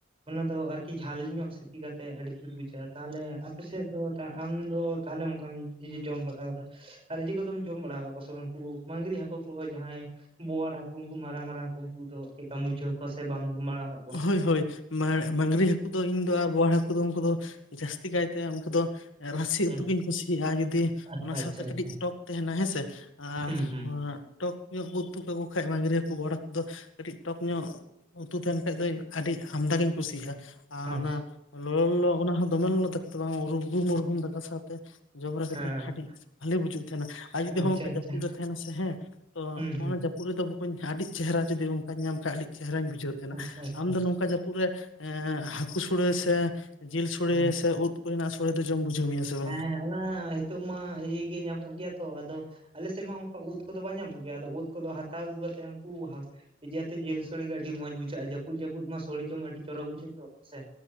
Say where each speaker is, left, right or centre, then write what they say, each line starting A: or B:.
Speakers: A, on the right; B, on the left.
A: ᱚᱱᱟ ᱫᱚ ᱟᱨᱠᱤ ᱡᱷᱟᱹᱞ ᱧᱚᱜ ᱥᱤᱯᱤ ᱠᱟᱛᱮᱫ ᱟᱹᱰᱤ ᱡᱩᱛ ᱵᱩᱡᱷᱟᱹᱜᱼᱟ ᱛᱟᱦᱚᱞᱮ ᱟᱯᱮ ᱥᱮᱫ ᱫᱚ ᱫᱟ ᱟᱢ ᱫᱚ ᱛᱟᱦᱚᱞᱮ ᱚᱱᱠᱟᱢ ᱡᱚᱢ ᱵᱟᱲᱟ ᱠᱟᱫᱟ ᱟᱨ ᱤᱡᱮ ᱠᱚᱫᱚᱢ ᱡᱚᱢ ᱵᱟᱲᱟ ᱠᱟᱜ ᱠᱚᱣᱟ ᱥᱮᱵᱟᱝ ᱩᱱᱠᱩ ᱢᱟᱹᱝᱨᱤ ᱦᱟᱹᱠᱩ ᱩᱱᱠᱩ ᱠᱚᱦᱚᱸ ᱡᱟᱦᱟᱸᱭ ᱵᱳᱣᱟᱲ ᱦᱟᱹᱠᱩ ᱩᱱᱠᱩ ᱢᱟᱨᱟᱝ ᱢᱟᱨᱟᱝ ᱩᱱᱠᱩ ᱫᱚ ᱪᱮᱠᱟᱢ ᱵᱩᱡᱷᱟᱹᱣ ᱠᱚᱣᱟ ᱥᱮ ᱵᱟᱢ ᱡᱚᱢ ᱵᱟᱲᱟ ᱠᱟᱜ ᱠᱚᱣᱟ
B: ᱦᱳᱭ ᱦᱳᱭ᱾ ᱢᱟᱝᱨᱤ ᱦᱟᱹᱠᱩ ᱫᱚ ᱤᱧ ᱫᱚ ᱵᱚᱣᱟᱲ ᱦᱟᱹᱠᱩ ᱫᱚ ᱩᱱᱠᱩ ᱫᱚ ᱡᱟᱹᱥᱛᱤ ᱠᱟᱭ ᱛᱮ ᱩᱱᱠᱩ ᱫᱚ ᱨᱟᱥᱮ
A: ᱦᱩᱸ
B: ᱩᱛᱩ ᱜᱤᱧ ᱠᱩᱥᱤᱭᱟᱜᱼᱟ ᱡᱩᱫᱤ
A: ᱟᱪᱪᱷᱟ
B: ᱚᱱᱟ ᱥᱟᱶᱛᱮ
A: ᱟᱪᱪᱷᱟ
B: ᱠᱟᱹᱴᱤᱡ
A: ᱟᱪᱪᱷᱟ
B: ᱴᱚᱠ ᱛᱟᱸᱦᱮᱱᱟ ᱦᱮᱸ ᱥᱮ ᱟᱨ
A: ᱦᱩᱸ ᱦᱩᱸ
B: ᱴᱚᱠ ᱧᱚᱜ ᱠᱚ ᱩᱛᱩ ᱠᱟᱠᱚ ᱠᱷᱟᱡ ᱢᱟᱝᱨᱤ ᱦᱟᱹᱠᱩ ᱵᱚᱣᱟᱲ ᱦᱟᱹᱠᱩ ᱫᱚ ᱠᱟᱹᱴᱤᱡ ᱴᱚᱠ ᱧᱚᱜ ᱩᱛᱩ ᱛᱟᱸᱦᱮᱱ ᱠᱷᱟᱡ ᱫᱚ ᱟᱹᱰᱤ ᱟᱢᱫᱟ ᱜᱤᱧ ᱠᱩᱥᱤᱭᱟᱜᱼᱟ ᱟᱨ
A: ᱦᱮᱸ
B: ᱚᱱᱟ ᱞᱚᱞᱚ ᱚᱱᱟ ᱦᱚᱸ ᱫᱚᱢᱮ ᱞᱚᱞᱚ ᱫᱟᱠᱟ ᱫᱚ ᱵᱟᱝ ᱩᱨᱜᱩᱢ ᱩᱨᱜᱩᱢ ᱫᱟᱠᱟ ᱥᱟᱶᱛᱮ ᱡᱚᱢ ᱨᱮ ᱠᱟᱹᱴᱤᱡ
A: ᱦᱮᱸ
B: ᱠᱟᱹᱴᱤᱡ ᱵᱷᱟᱹᱞᱤ ᱵᱩᱡᱟᱹᱜ ᱛᱟᱸᱦᱮᱱᱟ ᱟᱨ ᱡᱩᱫᱤ
A: ᱟᱪᱪᱷᱟ
B: ᱦᱚᱸᱜ ᱚᱝᱠᱟ
A: ᱟᱪᱪᱷᱟ
B: ᱡᱟᱹᱯᱩᱫ ᱨᱮ ᱛᱟᱸᱦᱮᱱᱟ ᱥᱮ ᱦᱮᱸ ᱛᱚ
A: ᱦᱩᱸ ᱦᱩᱸ
B: ᱦᱚᱸᱜ ᱱᱚᱣᱟ ᱡᱟᱹᱯᱩ ᱩᱱ ᱨᱮᱫᱚ ᱵᱚᱠᱚᱧ ᱟᱹᱰᱤ ᱪᱮᱦᱮᱨᱟ ᱡᱩᱫᱤ ᱚᱱᱠᱟᱧ ᱧᱟᱢ ᱠᱷᱟᱡ ᱟᱹᱰᱤ ᱪᱮᱦᱮᱨᱟᱧ ᱵᱩᱡᱷᱟᱹᱣ ᱛᱟᱸᱦᱮᱱᱟ,
A: ᱟᱪᱪᱷᱟ ᱟᱪᱪᱷᱟ
B: ᱟᱢ ᱫᱚ ᱱᱚᱝᱠᱟ ᱯᱩᱨᱮ ᱮᱸ ᱦᱟᱹᱠᱩ ᱥᱚᱲᱮ ᱥᱮ ᱡᱤᱞ ᱥᱚᱲᱮ
A: ᱦᱮᱸ
B: ᱥᱮ ᱩᱫ ᱠᱚᱨᱮᱱᱟᱜ ᱥᱚᱲᱮ ᱫᱚ ᱡᱚᱢ ᱵᱩᱡᱷᱟᱹᱣ ᱢᱮᱭᱟ ᱵᱟᱝ?
A: ᱦᱮᱸ ᱚᱱᱟ ᱦᱤᱛᱳᱜ ᱢᱟ ᱤᱭᱟᱜᱮ ᱧᱟᱢᱚᱜ ᱜᱮᱭᱟ ᱛᱚ, ᱟᱫᱚ ᱟᱞᱮ ᱥᱮᱫ ᱢᱟ ᱚᱱᱠᱟ ᱩᱫ ᱠᱚᱫᱚ ᱵᱟᱝ ᱧᱟᱢᱚᱜ ᱜᱮᱭᱟ ᱟᱫᱚ ᱩᱫ ᱠᱚᱫᱚ ᱦᱟᱛᱟᱣ ᱟᱹᱜᱩ ᱠᱟᱛᱮᱫ ᱩᱱᱠᱩ ᱤᱡᱮ ᱟᱛᱮ ᱡᱤᱞ ᱥᱚᱲᱮ ᱜᱮ ᱟᱹᱰᱤ ᱢᱚᱸᱡᱽ ᱵᱩᱡᱷᱟᱹᱜᱼᱟ ᱡᱟᱹᱯᱩᱫ ᱡᱟᱹᱯᱩᱫ ᱢᱟ ᱥᱚᱲᱮ ᱡᱚᱢ ᱟᱹᱰᱤ ᱪᱚᱨᱚᱠ ᱵᱩᱡᱷᱟᱹᱜ ᱫᱚ ᱥᱮ